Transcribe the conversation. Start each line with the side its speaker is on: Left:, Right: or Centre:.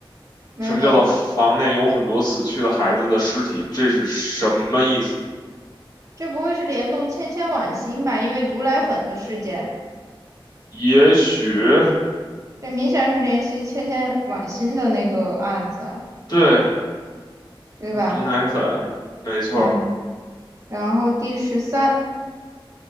Right: 没懂，
Left: 什么叫做房内有很多死去的孩子的尸体？这是什么意思？
Right: 这不会是联动千千晚星吧？因为毒奶粉的事件。
Left: 也许
Right: 这明显是联系千千晚心的那个案子啊
Left: 对
Right: 对吧？
Left: 毒奶粉，没错儿，
Right: 嗯，然后第十三，